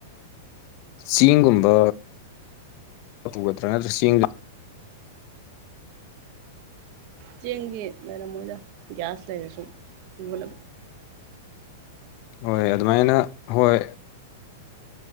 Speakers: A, on the left; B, on the right.
A: ꯆꯦꯡꯒꯨꯝꯕ ꯄꯨꯒꯗ꯭ꯔꯥ ꯅꯠꯇ꯭ꯔꯥ ꯆꯦꯡꯒ
B: ꯆꯦꯡꯗꯤ ꯂꯩꯔꯝꯃꯣꯏꯗ ꯒ꯭ꯌꯥꯁ ꯂꯩꯔꯁꯨ ꯄꯨꯕꯅ
A: ꯍꯣꯏ ꯑꯗꯨꯃꯥꯏꯅ ꯍꯣꯏ